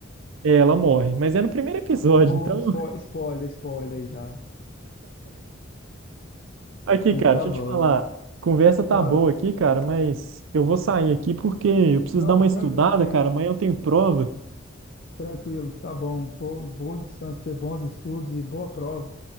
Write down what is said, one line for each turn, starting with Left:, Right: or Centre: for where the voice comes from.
Right: É, ela morre. Mas é no primeiro episódio,
Left: Ou
Right: então.
Left: Oh, spoiler, spoiler aí já.
Right: Aqui,
Left: Aí
Right: cara,
Left: Tá
Right: deixa
Left: bom.
Right: eu te falar. Conversa tá
Left: Ah,
Right: boa aqui, cara, mas eu vou sair aqui porque eu preciso
Left: não,
Right: dar uma
Left: tran
Right: estudada,
Left: tranquilo,
Right: cara. Amanhã eu tenho prova.
Left: tranquilo, tá bom. Bom, bom descanso pra você, bons estudos e boa prova.